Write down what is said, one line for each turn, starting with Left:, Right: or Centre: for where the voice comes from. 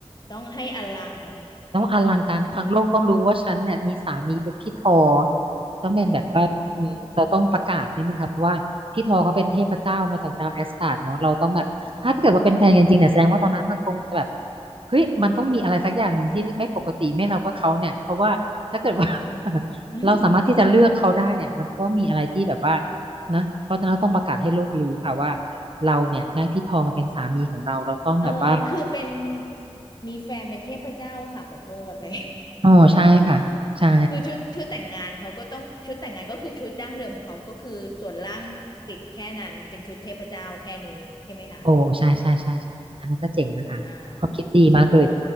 Left: ต้องให้อลัง
Right: ต้องอลังการทั้งโลกต้องรู้ว่าฉันเนี่ยมีสามีเป็นพี่ทอต้องเป็นแบบว่าอืมเราต้องประกาศนิดนึงค่ะเพราะว่าพี่ทอเขาเป็นเทพเจ้ามาจากดาวแอสการ์ดเนาะเราต้องแบบถ้าเกิดว่าเป็นแฟนกันจริงเนี่ยแสดงว่าตอนนั้นมันคงจะแบบ
Left: อืมอืม
Right: เฮ้ยมันต้องมีอะไรสักอย่างหนึ่งที่ไม่ปกติไม่เราก็เขาเนี่ยเพราะว่าถ้าเกิดว่า <laughs>
Left: อืม
Right: เราสามารถที่จะเลือกเขาได้เนี่ยมันก็ต้องมีอะไรที่แบบว่านะเพราะฉะนั้นต้องประกาศให้โลกรู้ค่ะว่าเราเนี่ยได้พี่ทอมาเป็นสามีของเราเราต้องแบบว่า
Left: <laughs> เออคือเป็นมีแฟนเป็นเทพเจ้าค่ะขอโทษเลย
Right: อ๋อใช่ค่ะใช่
Left: <laughs> คือชุดชุดแต่งงานเขาก็ต้องชุดแต่งงานก็คือชุดดั้งเดิมของเขา ก็คือส่วนล่างปิดแค่นั้นเป็นชุดเทพเจ้าแค่นี้ใช่ไหมคะ
Right: โอ้ใช่ใช่ใช่ใช่อันนั้นก็เจ๋งนะคะความคิดดีมากเลย
Left: อ่าส่วนของ